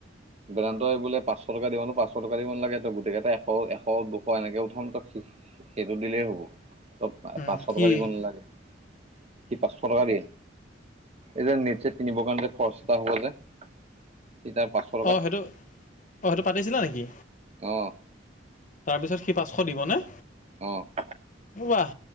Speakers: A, on the right; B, on the left.
A: বেদান্তই বোলে পাঁচশ টকা দিব নো পাঁচশ টকা দিব নালাগে গোটেইকেইটা এশ, এশ, দুশ এনেকে উঠাম ত সেইটো দিলেই হ'ব। ত'
B: উম,
A: পাঁচশ
B: কি
A: টকা দিব নালাগে সি পাঁচশ টকা দিয়ে। এই যে নেট চেট কিনিবৰ কাৰণে যে খৰচা হব যে সি তাৰ পাছত
B: অ' সেইটো অ' সেইটো পাতিছিলা নেকি?
A: অ'।
B: তাৰপিছত সি পাঁচশ দিবনে?
A: অ'।
B: বাঁহ।